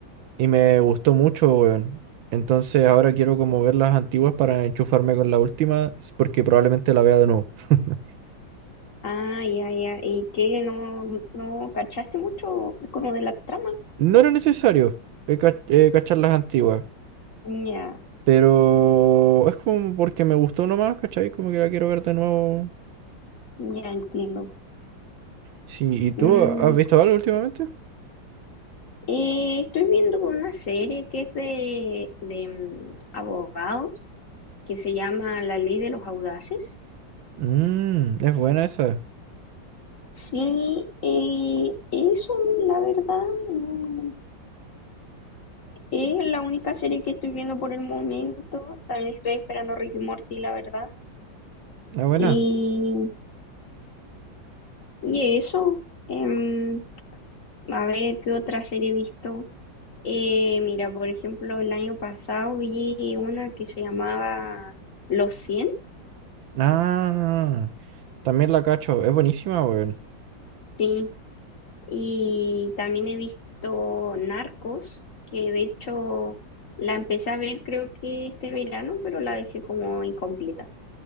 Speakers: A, on the right (about 80°); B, on the left (about 45°).
A: y me gustó mucho, weón. Entonces ahora quiero como ver las antiguas para enchufarme con la última, s- porque probablemente la vea de nuevo. <laughs>
B: Ah, ya, ya. ¿Y qué? ¿No, no cachaste mucho como de la trama?
A: No era necesario eh, ca- eh, cachar las antiguas,
B: Ya,
A: pero es como porque me gustó nomás, ¿cachai? Como que la quiero ver de nuevo.
B: ya entiendo.
A: Sí, ¿y tú
B: Mm,
A: has visto algo últimamente?
B: Eh, estoy viendo una serie que es de, de, mm, abogados que se llama La Ley de los Audaces.
A: Mmm, es buena esa,
B: Sí, eh, eso la verdad no- es la única serie que estoy viendo por el momento. También estoy esperando Ricky Morty, la verdad.
A: es buena.
B: Y, y eso, em, a ver qué otra serie he visto. Eh, mira, por ejemplo, el año pasado vi una que se llamaba Los cien
A: Ah. También la cacho, es buenísima, weón.
B: Sí, Y también he visto Narcos, que de hecho la empecé a ver creo que este verano, pero la dejé como incompleta.